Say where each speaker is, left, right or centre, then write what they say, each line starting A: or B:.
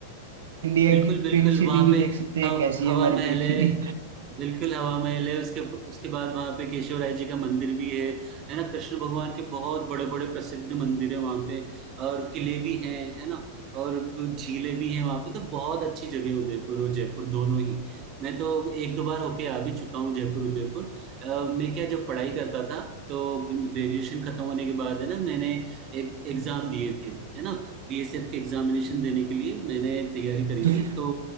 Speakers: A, on the right; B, on the right.
A: इंडिया
B: बिल्कुल
A: की
B: बिल्कुल
A: पिंक सिटी
B: वहां
A: भी
B: पे
A: देख सकते
B: हव,
A: हैं कैसी
B: हवा
A: है हमारी
B: महल
A: पिंक
B: है
A: सिटी
B: बिल्कुल हवा महल है उसके उसके बाद वहां पे केशव राय जी का मंदिर भी है है ना कृष्ण भगवान के बहुत बड़े बड़े प्रसिद्ध मंदिर है वहां पे और किले भी हैं है ना और झीलें भी हैं वहां पे तो बहुत अच्छी जगह है उदयपुर और जयपुर दोनों ही मैं तो एक दो बार होके आ भी चुका हूँ जयपुर उदयपुर अ, मैं क्या जब पढ़ाई करता था तो ग्रेजुएशन खत्म होने के बाद है ना मैंने एक एग्जाम दिए थे है ना बीएसएफ के एग्जामिनेशन देने के लिए मैंने तैयारी करी
A: <laughs>
B: थी तो